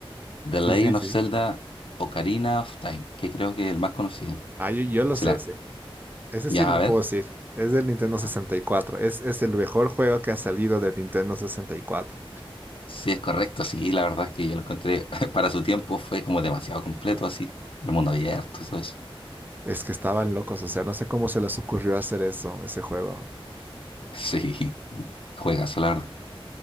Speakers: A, on the left; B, on the right.
A: The Legend
B: Sí, sí, sí.
A: of Zelda Ocarina of Time, que creo que es el más conocido.
B: Ah, yo, yo lo
A: Se
B: sé
A: la-
B: ese. Ese
A: Ya,
B: sí lo
A: a ver.
B: puedo decir. Es del Nintendo
A: Ah,
B: 64. Es, es el mejor juego que ha salido del Nintendo 64.
A: Sí, es correcto, sí, la verdad es que yo lo encontré, <laughs> para su tiempo fue como demasiado completo, así, el mundo abierto y todo eso. <laughs>
B: Es que estaban locos, o sea, no sé cómo se les ocurrió hacer eso, ese juego.
A: Sí, juegazo, la verdad.